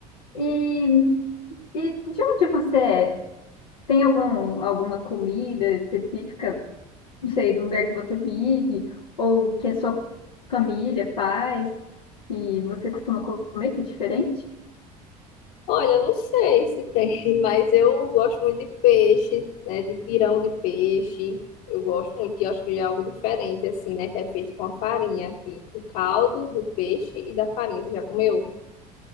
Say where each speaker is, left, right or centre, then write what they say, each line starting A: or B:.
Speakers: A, on the left; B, on the left.
A: E, e de onde você é? Tem algum, alguma comida específica, não sei, do lugar que você vive, ou que a sua família faz, e você costuma comer, que é diferente?
B: Olha, eu não sei se tem, <laughs> mas eu gosto muito de peixe, né? De pirão de peixe. Eu gosto muito, que eu acho que é algo diferente, assim, né? Que é feito com a farinha aqui. O caldo do peixe e da farinha. Você já comeu?